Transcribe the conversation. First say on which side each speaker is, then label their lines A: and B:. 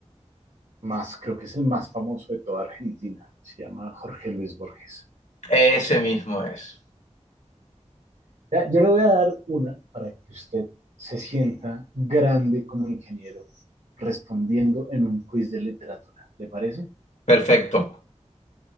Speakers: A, on the right (about 85°); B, on the left (about 80°).
A: más, creo que es el más famoso de toda Argentina, se llama Jorge Luis Borges.
B: Ese mismo es.
A: Yo le voy a dar una para que usted se sienta grande como ingeniero respondiendo en un quiz de literatura. ¿Le parece?
B: Perfecto.